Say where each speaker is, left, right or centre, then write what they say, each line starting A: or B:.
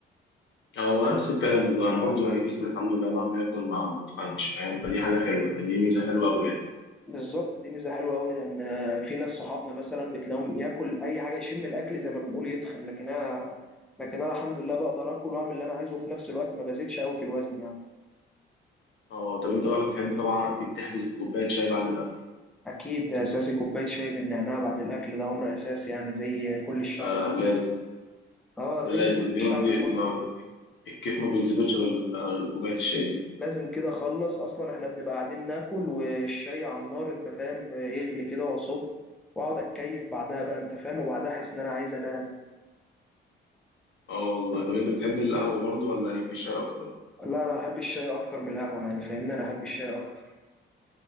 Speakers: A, on the left; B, in the centre.
A: هو نفس الكلام والله أنا برضو يعني جسمي الحمد لله مهما آكل ما بتخنش فاهم فدي حاجة حلوة يعني دي ميزة حلوة أوي يعني.
B: بالظبط دي ميزه حلوه قوي لان في ناس صحابنا مثلا بتلاقيهم ياكل اي حاجه يشم الاكل زي ما بنقول يتخن لكن انا لكن انا الحمد لله بقدر اكل واعمل اللي انا عايزه وفي نفس الوقت ما بزيدش قوي في الوزن يعني
A: اه طب انت بقى بتحب طبعا اكيد تحبس بكوبايه شاي بعد الاكل
B: اكيد اساسي كوبايه شاي بالنعناع بعد الاكل ده امر اساسي يعني زي كل الشعب
A: ده
B: المصري
A: لازم
B: اه زي
A: ده لازم
B: كل
A: دي
B: الشعب
A: دي
B: المصري
A: دي ما- الكيف ما بيتظبطش غير غير بكوبايه الشاي دي
B: لازم كده اخلص اصلا احنا بنبقى قاعدين ناكل والشاي على النار انت فاهم يغلي كده واصب واقعد اتكيف بعدها بقى انت فاهم وبعدها احس ان انا عايز انام
A: اه والله طب انت بتحب القهوه برضو ولا ليك في الشاي اكتر
B: لا انا احب الشاي اكتر من القهوه يعني فاهمني انا احب الشاي اكتر